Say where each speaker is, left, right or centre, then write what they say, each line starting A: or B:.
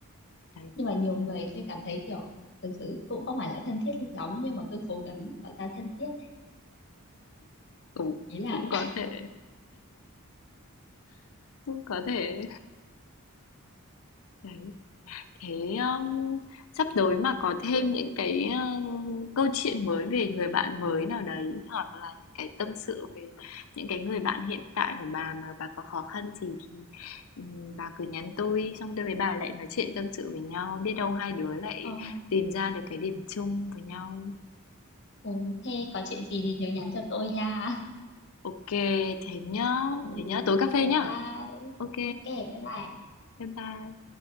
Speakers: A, on the left; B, on the left.
A: Đấy.
B: nhưng mà nhiều người tôi cảm thấy kiểu thực sự cũng không phải là thân thiết lắm nhưng mà cứ cố gắng tạo ra thân thiết ấy.
A: Ừ,
B: ý là
A: cũng có thể cũng có thể đấy Thế um, sắp tới mà có thêm những cái um, câu chuyện mới về người bạn mới nào đấy hoặc là những cái tâm sự về những cái người bạn hiện tại của bà mà bà có khó khăn gì thì um, bà cứ nhắn tôi xong tôi với bà lại nói chuyện tâm sự với nhau biết đâu hai đứa lại
B: <laughs> ờ,
A: tìm ra được cái điểm chung với nhau.
B: ừ, thế có chuyện gì thì nhớ nhắn cho tôi nha
A: Ok, thế nhá,
B: <laughs> ừ,
A: thế nhá, tối cà phê
B: bye
A: nhá.
B: bye
A: Ok,
B: ok bye bye
A: bye bye.